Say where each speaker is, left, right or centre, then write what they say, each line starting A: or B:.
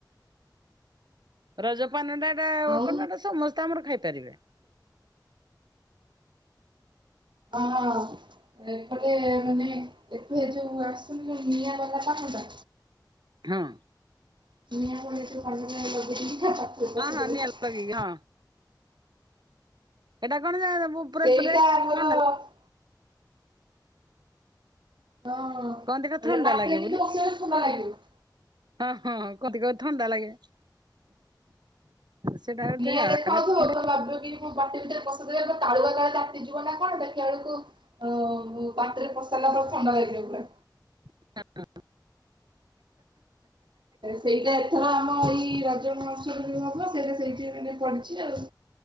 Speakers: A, on the right; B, on the right.
A: ରଜ ପାନ ଟା ଏଟା
B: ଆଉ
A: କଣ ନା ଏଟା ସମସ୍ତେ ଆମର ଖାଇପାରିବେ।
B: <unintelligible> ଏପଟେ ମାନେ ଏଠୁ ଏ ଯୋଉ ଆସୁନି ଯୋଉ ନିଆଁ ଗଲା କାଠୁ ଟା
A: ହଁ।
B: <unintelligible>
A: ହଁ ହଁ ନିଆଁ ଲଗେଇକି ହଁ ଏଟା କଣ <unintelligible>
B: <unintelligible>
A: ଥଣ୍ଡା
B: ହଁ। ଏଟା
A: କହନ୍ତି ଥଣ୍ଡା
B: ବାଟେରେ
A: ଲାଗେ ବୋଲି।
B: କିନ୍ତୁ ଆସିଲା ବେଳେ ଥଣ୍ଡା ଲାଗିବ।
A: ହଁ ହଁ <unintelligible> ଥଣ୍ଡା ଲାଗେ। ସେଟା ଗୋଟେ
B: ନିଆଁ
A: ଆଉ
B: ଦେଖାଯାଉଥିବ
A: ଏଟା କଣ
B: ତମେ ଭାବିବ କି ମୁଁ ପାଟି ଭିତରେ ପସେଇଦେବେ ତ ତାଳୁରା କାଳେ ତାତି ଯିବ ନା କଣ ଦେ ଖିଲା ବେଳକୁ ପାଟି ରେ ପସେଇଲା ପରେ ଥଣ୍ଡା ଲାଗିବ ପୁରା।
A: <unintelligible>
B: ସେଇଟା ଏଥର ଆମ ଏଇ ରଜ ମହୋତ୍ସବ ରେ ବି ହବ। ସେଇଟା ସେଇଠି ମାନେ ପଡିଚି ଆଉ।